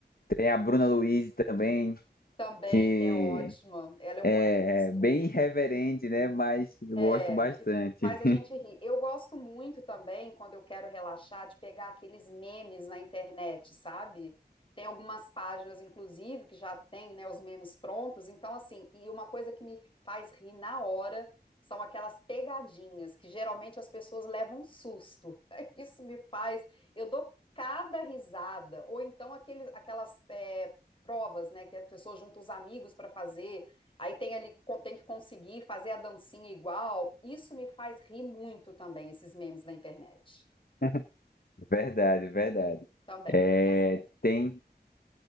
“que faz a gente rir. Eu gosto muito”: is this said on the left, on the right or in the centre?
Left